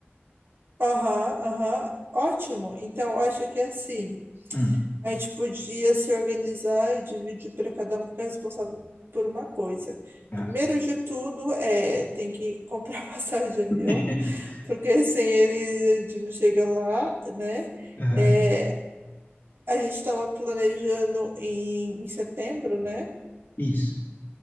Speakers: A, on the right; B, on the left.
A: Aham, aham, ótimo. Então, eu acho que assim.
B: Hum,
A: A gente podia se organizar e dividir para cada um ficar responsável por uma coisa.
B: tá.
A: Primeiro de tudo, é, tem que comprar <laughs> passagem de avião,
B: <laughs>
A: porque sem ele a gente não chega lá, né?
B: Aham,
A: É, a gente estava planejando em, em setembro, né?
B: isso.